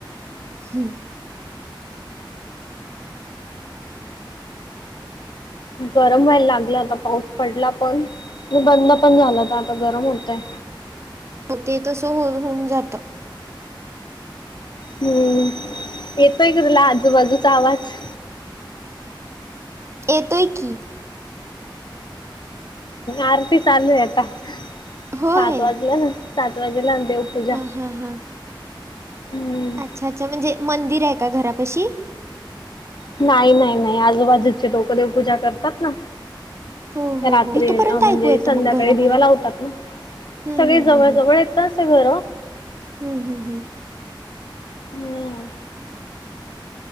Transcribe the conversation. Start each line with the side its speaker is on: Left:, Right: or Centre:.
Right: हू.
Left: गरम व्हायला लागलं आता पाऊस पडला पण, बंद पण झाला तर आता गरम होतंय.
Right: होते तसं हो होऊन जातं.
Left: हम्म येतोय का तुला आजूबाजूचा आवाज?
Right: येतोय की.
Left: आरती चालू आहे आता.
Right: होय
Left: सात वाजल ना, सात वाजेला देवपूजा
Right: हा हा,
Left: हम्म
Right: अच्छा अच्छा म्हणजे मंदिर आहे का घरापशी?
Left: नाही नाही नाही आजूबाजूचे लोक देवपूजा करतात ना
Right: हो हो
Left: रात्री
Right: हो इथपर्यंत
Left: म्हणजे
Right: ऐकू येतं
Left: संध्याकाळी
Right: मग घरापर्यंत
Left: दिवा लावतात ना
Right: हम्म
Left: सगळी
Right: हम्म
Left: जवळ
Right: हम्म हम्म.
Left: जवळ येतच आहे घरं
Right: हम्म हम्म हम्म.
Left: हम्म.